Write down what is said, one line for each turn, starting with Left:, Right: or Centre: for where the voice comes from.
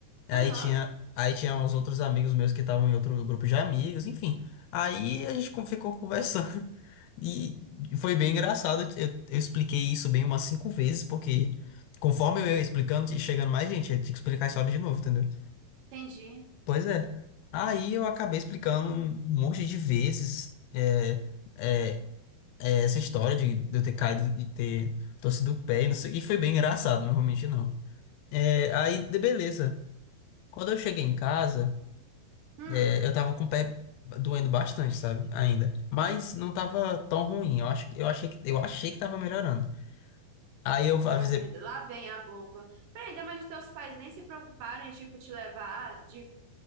Left: Aí
Right: Aham,
Left: tinha, aí tinha uns outros amigos meus que estavam em outro grupo de amigos, enfim. Aí a gente con- ficou conversando <laughs> e foi bem engraçado. Eu, eu expliquei isso bem umas cinco vezes, porque conforme eu ia explicando e chegando mais gente, eu tinha que explicar a história de novo, entendeu?
Right: entendi.
Left: Pois é. Aí eu acabei explicando um monte de vezes é, é, é, essa história de, de eu ter caído e ter torcido o pé, e não sei- e foi bem engraçado, não vou mentir, não. É, aí, de- beleza. Quando eu cheguei em casa.
Right: Hum.
Left: É, eu tava com o pé doendo bastante, sabe? Ainda. Mas não tava tão ruim. Eu acho, eu achei que, eu achei que tava melhorando. Aí eu avisei,
Right: Ah, meu Deus, lá vem a bomba. Peraí, daí, mas os teus pais nem se preocuparam em, tipo, te levar de